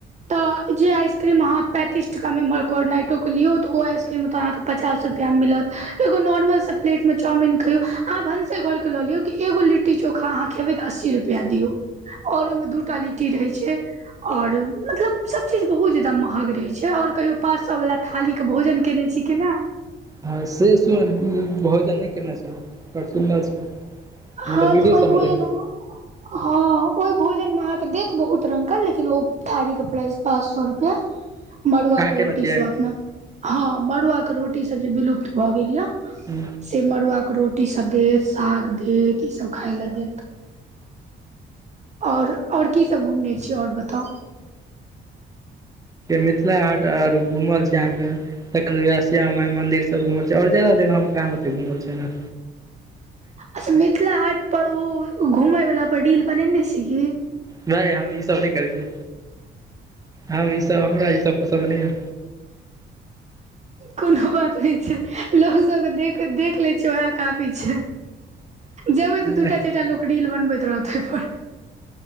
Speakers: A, on the right; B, on the right.
A: तऽ जे आइसक्रीम अहाँ पैंतीस टका मे एमहर कोरनाइटोक के लियौ तऽ ओ आइसक्रीम ओतऽ अहाँके पचास रूपया मे मिलत एगो नॉर्मल स प्लेट में चाउमिन खइयौ आहाँ भनसे घर के ल लियौ एगो लि लिट्टी चोखा अहाँ खेबै तऽ अस्सी रुपया दियऔ और ओहिमे दूटा लिट्टी रहै छै। और मतलब सब चीज बहुत जदा महग रहे छै और कहियो पाँच सौ वाला थाली के भोजन केयने छी कि नै।
B: हँ से सु भोजन नहि केने छै सुनल छी।
A: हँ
B: मतलब वीडियो
A: तऽ
B: सबमे
A: ओइ भोजन
B: देख
A: म हँ ओहि भोजन में अहाँके देत बहुत रंग के लेकिन ओ थारी के प्राइस पाँच सौ रुपया। मरुआ
B: अहाँ
A: के रोटी
B: केने छियै
A: सब अपना हँ मड़ुआ के रोटी सब जे विलुप्त भ गेल यए।
B: हु।
A: से मड़ुआके रोटी सब देत साग देत ई सब खाइ लऽ देत। और और कीसभ घुमने छी और बताउ।
B: मिथिला हाट आर घूमल छी अहाँके तखन याह श्याम माइ मन्दिर सब घुमल छी और जादा जगहमे हम कहाँ ओते घुमल छै ना।
A: अच्छा मिथिला हाट पर ओ घुमे वला पर रील बनेने छी की?
B: नहि हम ई सब नहि करै छी हम ई सब हमरा ई सब पसन्द नहि या।
A: कोनो बात नहि छै लोक सबके देखे देख लै छियै उएह काफी छै। जेबै
B: नहि
A: तऽ दूटा
B: नहि
A: चारि टा लोक रील बनबैत रहत ओहिपर।